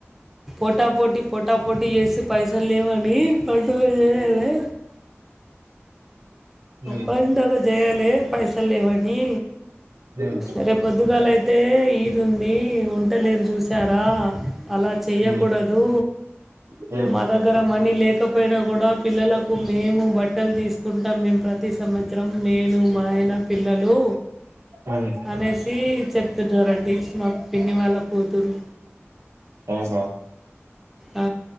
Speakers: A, in the centre; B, on the right (about 90°).
A: పోటా పోటీ పోటా పోటీ చేేసి పైసలు లేవని పండుగ చేయాలె
B: హ్మ్
A: పండగ చేయాలే పైసలు లేవని
B: హ్మ్
A: సరే పొద్దుగాల అయి అయితే ఈది ఉంది ఉంటాలేరు చూసారా అలా చేయ్యకూడదు
B: హ్మ్ హ్మ్
A: మా దగ్గర మనీ లేకపోయినా కూడా పిల్లలకు మేము బట్టలు తీస్తం తీసుకుంటాం మేము ప్రతి సంవత్సరం నేను మాయన పిల్లలు
B: హ్మ్
A: అనేసి చెప్తున్నారు రండి మా పిన్ని వాళ్ళ కూతురు
B: అవునా
A: ఆ